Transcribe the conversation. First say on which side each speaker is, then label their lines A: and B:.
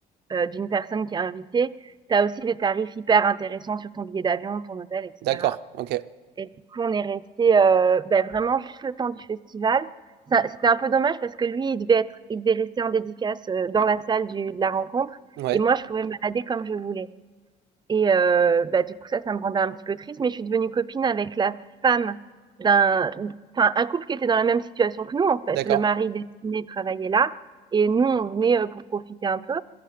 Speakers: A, on the right; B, on the right.
A: euh, d'une personne qui est invitée, t'as aussi des tarifs hyper intéressants sur ton billet d'avion, ton hôtel, etc.
B: d'accord. Ok.
A: Et du coup, on est resté euh, ben, vraiment juste le temps du festival. Ça- C'était un peu dommage parce que lui, il devait être, il devait rester en dédicace euh, dans la salle du, de la rencontre.
B: Ouais,
A: Et moi, je pouvais me balader comme je voulais. Et euh, bah, du coup, ça, ça me rendait un petit peu triste, mais je suis devenue copine avec la femme d'un, enfin, un couple qui était dans la même situation que nous, en fait.
B: d'accord.
A: Le mari destiné travaillait là, et nous, on venait euh, pour profiter un peu.